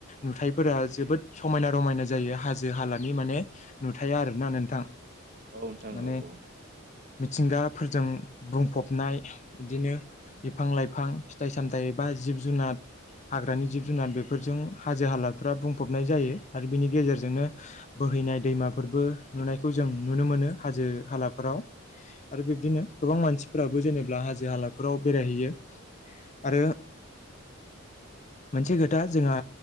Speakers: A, on the left; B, on the right.
A: नुथाइफोरा जोबोद समायना रमायना जायो। हाजो हालानि माने नुथाया आरोना नोंथां।
B: औ नोंथां
A: माने
B: औ औ
A: मिथिंगाफोरजों बुंफबनाय बिदिनो
B: माने
A: बिफां लाइफां फिथाइ सामथाइ बा जिब जुनार हाग्रानि जिब जुनार बेफोरजों हाजो हालाफ्रा बुंफबनाय जायो आरो बिनि गेजेरजोंनो बोहैनाय दैमाफोरबो नुनायखौ जों नुनो मोनो हाजो हालाफोराव आरो बिब्दिनो गोबां मानसिफोराबो जेनेब्ला हाजो हालाफोराव बेरायहैयो। आरो मोनसे खोथा जोंहा